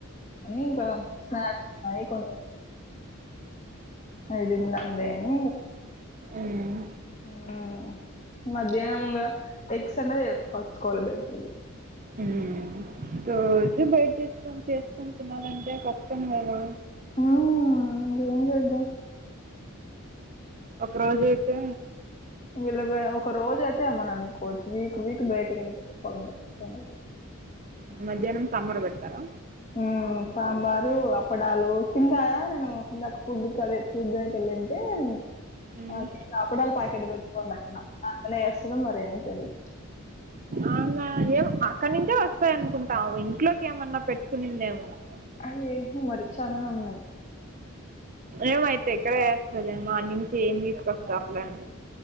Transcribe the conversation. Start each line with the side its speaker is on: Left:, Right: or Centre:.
Left: అని ఇ స్నాక్స్ ఉన్నాయి కొన్ని అయి తిందాం లే అని
Right: ఉమ్
Left: హ మధ్యాహ్నంగా ఇంకా ఎక్స్ అన్న కొనుక్కు తెచ్చుకోవాలి బయటకి వెళ్ళి
Right: ఉమ్ రోజు బయట తెచ్చుకొని చేసుకొని తినాలంటే కష్టం కదా
Left: ఆ మల్లా ఏం చేద్దాం
Right: ఒక రోజు అయితే
Left: వీళ్ళకి ఒక రోజు అయితే అమ్ అనుకోవచ్చు వీక్ వీక్ బయటకి వెల్లి తెచ్చుకోవాల
Right: మధ్యాహ్నం సాంబార్ పెడతారా
Left: ఉమ్ సాంబారు అప్పడాలు కిందా నేను ఇందాక ఫుడ్ కి అదే <unintelligible>
Right: ఉమ్.
Left: కే అప్పుడలా పాకెట్ పెట్టుకోం అమ్మా అనే వస్తుందని మరేమో తెలిదు
Right: అవునా ఏం అక్కడి నుంచే వస్తాయి అనుకుంటాము ఇంట్లోకి ఏమన్నా పెట్టుకునిందేమో అవు
Left: అ ఏ మరి చఛాలనన్నాయి
Right: ఏమో అయితే ఇక్కడ చేస్తదీ ఏమో ఆడ నుంచి ఏమి తీసుకొస్తారులే అని